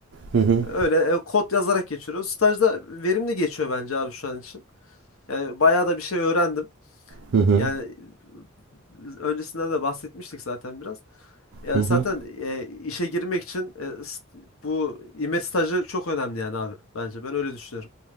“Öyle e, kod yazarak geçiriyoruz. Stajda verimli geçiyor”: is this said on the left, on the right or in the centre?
Left